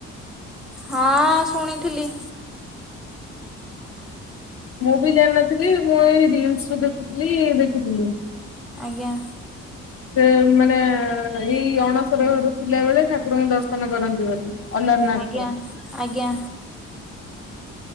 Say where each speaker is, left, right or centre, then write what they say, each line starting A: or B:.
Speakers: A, in the centre; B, on the left (about 45°).
A: ହଁ ଶୁଣିଥିଲି।
B: ମୁଁ ବି ଜାଣିନଥିଲି ମୁଁ ଏଇ ରିଲସ ଦେଖୁଥିଲି ଦେଖିଥିଲି।
A: ଆଜ୍ଞା।
B: ସେ ମାନେ ଏଇ ଅଣସର ଘରୁ ଥିଲା ବେଳେ ଠାକୁରଙ୍କ ଦର୍ଶନ କରନ୍ତି ବୋଲି। ଅଲାରନାଥଙ୍କୁ
A: ଆଜ୍ଞା ଆଜ୍ଞା।